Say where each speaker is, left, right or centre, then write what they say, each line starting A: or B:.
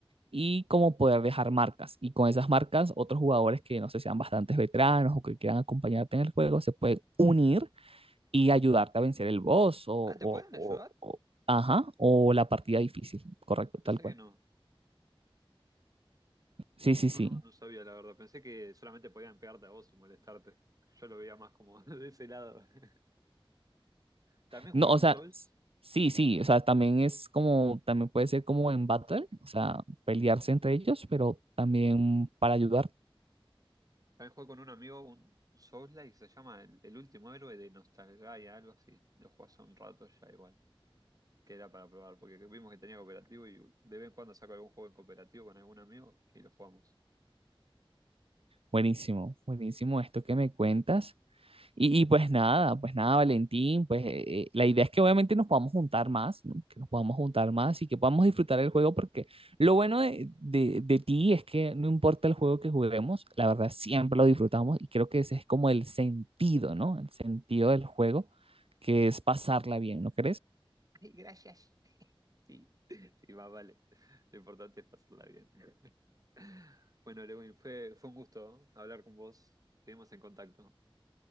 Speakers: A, on the right; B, on the right.
A: y como poder dejar marcas. Y con esas marcas, otros jugadores que no sé, sean bastantes veteranos o que quieran acompañarte en el juego, se pueden unir y ayudarte a vencer el boss o, o-
B: Ah, ¿te pueden
A: o-
B: ayudar?
A: o- ajá, o la partida difícil, correcto,
B: Pensé
A: tal cual.
B: que no.
A: Sí, sí,
B: No,
A: sí.
B: no, no sabía, la verdad. Pensé que solamente podían pegarte a vos y molestarte. Yo lo veía más como <laughs> de ese lado. <laughs> También
A: No,
B: jugué
A: o
B: un
A: sea,
B: Souls.
A: s- sí, sí, o sea, también es como, también puede ser como en battle, o sea, pelearse entre ellos, pero también para ayudar.
B: También jugué con un amigo un Souls-like, se llama el, el último héroe de Nostalgaia, algo así. Lo jugué hace un rato ya igual. Que era para probar, porque vimos que tenía cooperativo y de vez en cuando saco algún juego en cooperativo con algún amigo y lo jugamos.
A: Buenísimo, buenísimo esto que me cuentas. Y, y pues nada, pues nada, Valentín, pues eh, eh, la idea es que obviamente nos podamos juntar más, ¿no? Que nos podamos juntar más y que podamos disfrutar el juego porque lo bueno de, de- de ti es que no importa el juego que juguemos, la verdad siempre lo disfrutamos y creo que ese es como el sentido, ¿no? El sentido del juego, que es pasarla bien, ¿no crees?
B: <laughs> Ay, gracias. Sí, <laughs> sí, más vale. Lo importante es pasarla bien. <laughs> Bueno, Lewin, fue, fue un gusto ¿eh? hablar con vos. Seguimos en contacto.